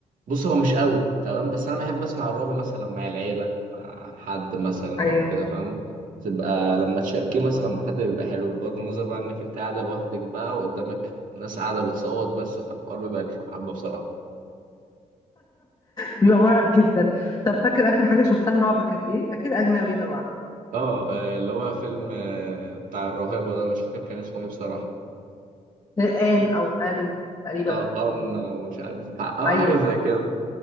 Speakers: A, on the right (about 75°); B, on the left (about 30°).
A: بص هو مش قوي تمام بس انا بحب اسمع الرعب مثلا مع العيلة مع حد مثلا
B: أيوه
A: او كده فاهم تبقى لما تشاركيه مثلا مع حد بيبقى حلو بغض النظر بقى انك انت قاعدة لوحدك بقى وقدامك ناس قاعدة بتصوت بس فالحوار بيبقى رخم حبة بصراحة
B: بيبقى مرعب جدا طب فاكر آخر حاجة شفتها رعب كانت إيه؟ أكيد أجنبي طبعا
A: اه آه، اللي هو فيلم آه، بتاع الراهبة ده مش فاكر كان اسمه ايه بصراحة
B: آه، آن أو آن تقريبا
A: اه ان او مش عارف اه
B: أيوه
A: حاجة زي كده